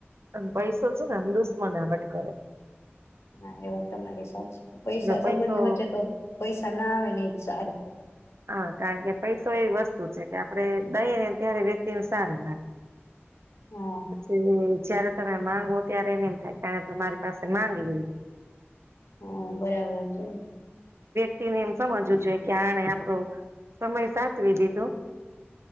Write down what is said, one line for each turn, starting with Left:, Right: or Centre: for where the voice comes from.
Right: અને પૈસો છ ને આમ દુશ્મના વટ કરે.
Left: હા એ વાત તમારી સાચી. પૈસા
Right: જો પૈસો
Left: સંબંધની વચ્ચે તો પૈસા ના આવે ને એજ સારું.
Right: હા કારણ કે પૈસો એવી વસ્તુ છે, કે આપણે દઈ ને ત્યારે વ્યક્તિને સારું લાગે.
Left: હા
Right: પછી જ્યારે તમે માંગો ત્યારે એને એમ થાય તાં તમારી પાસે માંગી લ્યે
Left: હં, બરાબર છે.
Right: તેને એમ સમજવું જોઈએ કે આણે આપ પ્ણો સમય સાચવી દીધો.